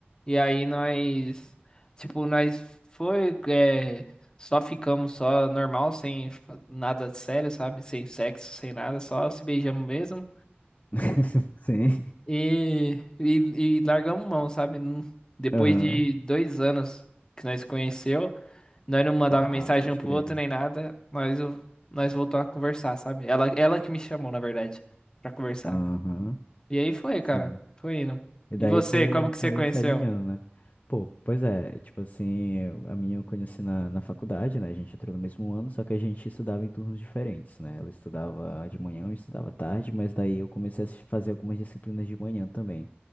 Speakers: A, on the left (about 20°); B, on the left (about 40°).
A: E aí nós, tipo, nós foi, é, só ficamos só normal, sem fa- nada de sério, sabe? Sem sexo, sem nada, só se beijamos mesmo.
B: <laughs> Sim.
A: E, e, e largamos mão, sabe? Não- Depois
B: Aham.
A: de dois anos que nós conheceu, nós não mandava
B: Ah,
A: mensagem
B: pode
A: um pro
B: crer.
A: outro nem nada, nós, nós voltou a conversar, sabe? Ela, ela que me chamou, na verdade, pra conversar.
B: Aham.
A: E aí foi,
B: Sim.
A: cara. Foi indo.
B: E daí
A: E você,
B: foi,
A: como que você
B: foi
A: conheceu?
B: se alinhando, né? Pô, pois é, tipo assim, eu- a minha eu conheci na, na faculdade, né? A gente entrou no mesmo ano, só que a gente estudava em turnos diferentes, né? Ela estudava de manhã, eu estudava tarde, mas daí eu comecei a se- fazer algumas disciplinas de manhã também